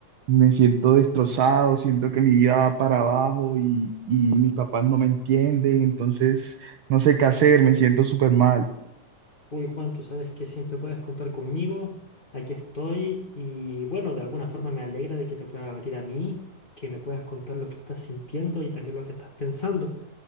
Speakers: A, on the right (about 70°); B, on the left (about 40°).
A: me siento destrozado, siento que mi vida va para abajo y, y mis papás no me entienden, entonces no sé qué hacer, me siento súper mal.
B: Uy Juan, tú sabes que siempre puedes contar conmigo, aquí estoy y bueno, de alguna forma me alegra de que te puedas abrir a mí, que me puedas contar lo que estás sintiendo y también lo que estás pensando.